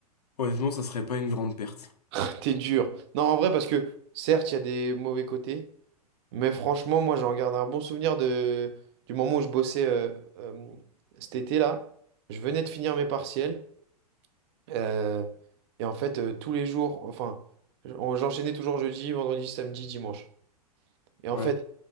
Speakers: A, on the left; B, on the right.
A: Honnêtement, ça serait pas une grande perte.
B: <laughs> T'es dur. Non, en vrai, parce que certes, il y a des mauvais côtés, mais franchement, moi, j'en garde un bon souvenir de... du moment où je bossais euh, euh, cet été-là. Je venais de finir mes partiels. euh, et en fait, euh, tous les jours, enfin, j'en- j'enchaînais toujours jeudi, vendredi, samedi, dimanche. Et en
A: Ouais.
B: fait,